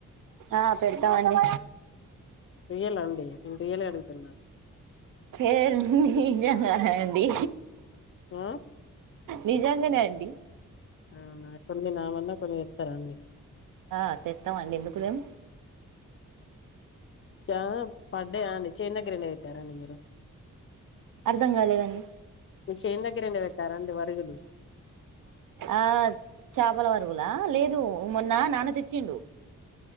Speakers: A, on the right; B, on the left.
A: ఆ పెడతామండి
B: రియలా అండి నేను రియలే అడుగుతున్నా
A: ఏ నిజంగానే అండి
B: ఉమ్
A: నిజంగానే అండి
B: అవునా కొన్ని నామందం కొన్ని తెస్తారా అండి
A: ఆ తెత్తాం అండి ఎందుకు తేమ్
B: ఆ పడ్డాయా అండి చేను దగ్గర ఎండ వెట్టారా అండి మీరు
A: అర్ధం కాలేదండి
B: మీ చేన్ దగ్గర వెట్టారా అండి వా తెగలు
A: ఆ చాపల వరుగులా లేదు మొన్న నా న్న తెచ్చిండు